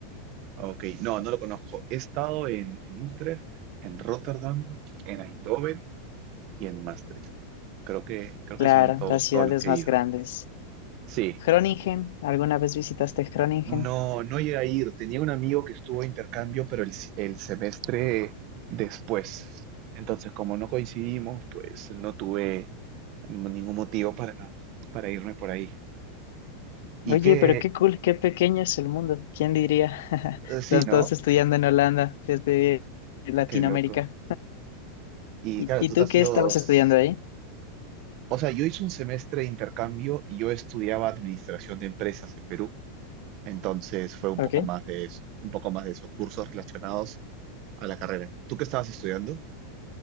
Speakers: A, on the right; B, on the left.
A: Ok, no, no lo conozco. He estado en, en Utrecht, en Rotterdam, en Eindhoven y en Maastricht. Creo que, creo que
B: Claro,
A: son todos,
B: las ciudades
A: todos los que
B: más
A: he ido.
B: grandes.
A: Sí.
B: Groningen, ¿alguna vez visitaste Groningen?
A: No, no llegué a ir. Tenía un amigo que estuvo de intercambio, pero el, si- el semestre después. Entonces, como no coincidimos, pues no tuve m- ningún motivo para, para irme por ahí. Y
B: Oye,
A: que,
B: pero qué cool, qué pequeño es el mundo. ¿Quién diría? <laughs>
A: eh, sí,
B: Los
A: ¿no?
B: dos estudiando en Holanda desde Latinoamérica.
A: Qué loco. Y
B: ¿Y,
A: claro,
B: y
A: tú
B: tú
A: te has
B: qué
A: ido...
B: estabas
A: s-
B: estudiando ahí?
A: O sea, yo hice un semestre de intercambio y yo estudiaba administración de empresas en Perú. Entonces fue un
B: ¿Ok?
A: poco más de eso, un poco más de eso, cursos relacionados a la carrera. ¿Tú qué estabas estudiando?